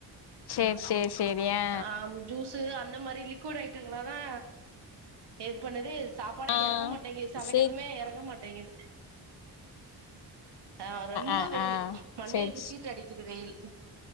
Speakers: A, on the left; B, on the right.
A: சேரி சேரி சேரி ஆ
B: ஆம் ஜூஸு அந்த மாரி லிக்விட் ஐட்டங்களாதா ஏற்கனவே சாப்பாடே
A: ஆ
B: எறங்க மாட்டேங்குது சமைக்கறதுமே
A: சேரி
B: எறங்க மாட் டேங்குது ஆ ரொம்ப
A: ஆ
B: வெயிலு
A: ஆ
B: மண்டைய
A: சேரி
B: பிச்சுகிட்டு அடிக்குது வெயில்